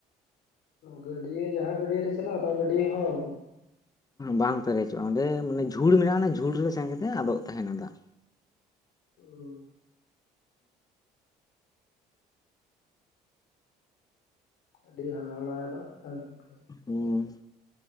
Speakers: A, on the left; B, on the left.
A: ᱜᱟᱹᱰᱤᱭᱟᱹ ᱡᱟᱦᱟᱸ ᱜᱟᱹᱰᱤᱭᱟᱹ ᱨᱮ ᱪᱟᱞᱟᱜ-ᱟ ᱚᱱᱟ ᱜᱟᱹᱰᱤᱭᱟᱹ ᱦᱚᱸ
B: ᱵᱟᱝ ᱯᱮᱨᱮᱡᱚᱜᱼᱟ ᱚᱸᱰᱮ ᱢᱟᱱᱮ ᱡᱷᱩᱲ ᱢᱮᱱᱟᱜᱼᱟ ᱚᱱᱟ ᱡᱷᱩᱲ ᱨᱮ ᱥᱮᱱ ᱠᱟᱛᱮ ᱟᱫᱚᱜ ᱛᱟᱦᱮᱱᱟ ᱫᱟᱜ
A: ᱦᱩᱸ ᱟᱹᱰᱤ ᱦᱟᱦᱟᱲᱟ ᱨᱮᱱᱟᱜ ᱠᱟᱛᱷᱟ ᱜᱚᱝᱠᱮ
B: ᱦᱮᱸ